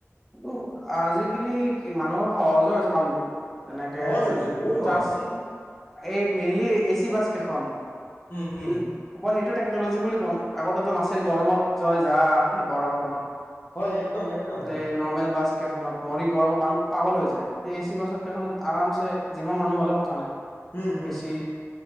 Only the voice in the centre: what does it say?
কিন্তু আজিকালি মানুহৰ সহজো হৈছে কামবোৰ। তেনেকে,
<unintelligible>
এই মেইনলি এই এ চি বাছ কেইখন। <unintelligible>
টেকন'লজি বুলি ক'ম, আগতেটো নাছিল গৰমত তই যা এই গৰমখনত। এই
নৰ্মেল বাছ কেইখনত নৰি গৰমৰ মানুহ পাগল হৈ যায়। এ, এ চি বাছত কেইখনত আৰামছে যিমান মানুহ হলেও কথা নাই।
এ চি।